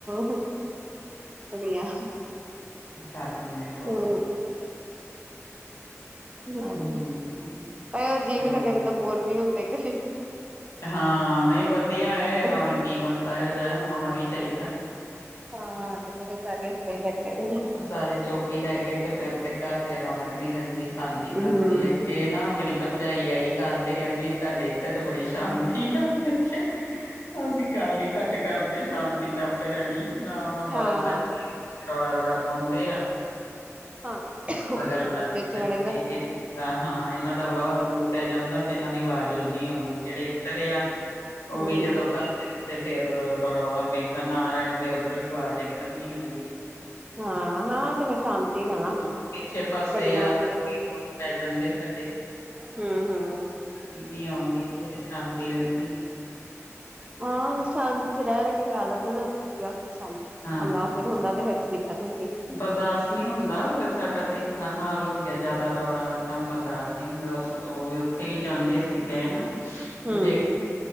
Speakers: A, on the right; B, on the left.
A: ਹੰ ਵਡੀਆ।
B: ਘੱਟ ਹੁੰਦੇ
A: ਹੁਣ ਹੂੰ <inaudible>
B: ਹੂੰ
A: ਤਾਂ ਉਹਦਾ ਜੀਅ ਵੀ
B: ਉਹੀ
A: ਲੱਗਿਆ ਰਹਿੰਦਾ, ਬੋਰ ਨੀ ਹੁੰਦੇ ਕਦੀ।
B: ਹਾਂ ਨਹੀਂ ਵਧੀਆ ਐ, ਰੌਣਕੀ
A: ਤੇ
B: ਬੰਦਾ ਇਹੋ ਜਾ ਹੋਣਾ ਵੀ ਚਾਹੀਦਾ।
A: ਹਾਂ, ਕਿੱਦਰ ਗਏ ਸਾਰੇ। ਇਹ ਬੈਠਾ ਉਂ ਵੀ
B: ਸਾਰੇ ਚੁੱਪ ਹੀ ਰਹਿ ਗਏ, ਤੇ ਫੇਰ ਤੇ ਘਰ ਚ ਰੌਣਕ ਨੀ ਰਹਿੰਦੀ, ਸ਼ਾਂਤੀ-ਸ਼ਾਂਤੀ
A: ਹੂੰ
B: ਹੈਗੀ। ਇਹ ਨਾ ਮੇਰੀ ਭਰਜਾਈ ਆਈ ਕੱਲ ਤੇ ਕਹਿੰਦੀ, ਤੁਹਾਡੇ ਇੱਥੇ ਤੇ ਬੜੀ ਸ਼ਾਂਤੀ ਐ, ਮੈਂ ਕਿਆ ਅਸੀਂ ਗੱਲ ਹੀ ਘੱਟ ਕਰਦੇ, ਸ਼ਾਂਤੀ ਤੇ ਆਪੇ ਰਹਿਣੀ। ਨਾ ਮੈਂ ਬੱਚੇ
A: ਹਾਂ
B: ਰੌਲਾ ਰੂਲਾ ਪਾਉਂਦੇ ਆ।
A: ਹਾਂ
B: ਬਗਲ ਵਾਲੇ
A: ਬੱਚੇ ਉੱਚੇ ਦਾ
B: ਦਾ <inaudible> ਹਾਂ ਇਹਨਾਂ ਦਾ ਵਾਹਵਾ ਦੂਰ ਪੈ ਜਾਂਦਾ, ਤੇ ਇਹਨਾਂ ਦੀ ਵਾਜ਼ ਵੂਜ ਨੀ ਆਉਂਦੀ, ਜਿਹੜੇ ਇੱਧਰ ਆ
A: ਹੂੰ
B: ਉਹ ਵੀ ਜਦੋਂ
A: ਹੂੰ
B: ਘਰ ਰਹਿਣ ਤੇ ਫੇਰ ਰੌਲਾ ਰੂਲਾ ਪੈਂਦਾ, ਨਾ ਰਹਿਣ ਤੇ ਓਧਰੋਂ ਵੀ ਆਵਾਜ਼ ਇਕਦਮ ਨੀ ਆਉਂਦੀ।
A: ਹਾਂ-ਹਾਂ,
B: ਆਹ,
A: ਚੰਗਾ ਸ਼ਾਂਤ ਈ ਰਹਿਣਾ।
B: ਹਾਂ, ਪਿੱਛੇ ਪਾਸੇ
A: ਗੱਡੀਆਂ
B: ਆ,
A: ਆਲੀਆਂ
B: ਤੇ ਉਹ ਵੀ ਦੂਰ ਪੈ ਜਾਂਦੇ ਆ ਸਾਡੇ।
A: ਹੂੰ-ਹੂੰ,
B: ਨੀਂਦ ਨੀ ਆਉਂਦੀ, ਜਦੋਂ ਸ਼ਾਂਤੀ ਰਹਿੰਦੀ ਐ।
A: ਹਾਂ, ਸ਼ਾਂਤੀ ਚ ਰਹਿ-ਰਹਿ ਕੇ ਫਿਰ ਆਦਤ ਹੋ ਜਾਂਦੀ ਐ ਸਾਨੂੰ।
B: ਹਾਂ
A: ਹੱਲਾ ਫੇਰ ਹੁੰਦਾ, ਤੇ ਫੇਰ ਦਿੱਕਤ ਹੁੰਦੀ।
B: ਬਰਦਾਸ਼ਤ ਨਹੀਂ ਹੁੰਦਾ। ਫ਼ੇਰ ਸਾਡਾ ਤੇ ਇਸ ਤਰ੍ਹਾਂ ਹਾਲ ਹੋ ਗਿਆ। ਜ਼ਿਆਦਾ ਰੌਲਾ ਦਮ ਬਰਦਾਸ਼ ਨਹੀਂ ਹੁੰਦਾ। ਉਹ ਵੀ ਉੱਥੇ ਵੀ ਜਾਂਦੇ ਸੀਗੇ ਨਾਂ।
A: ਹੂੰ
B: ਜੇ।
A: ਹੂੰ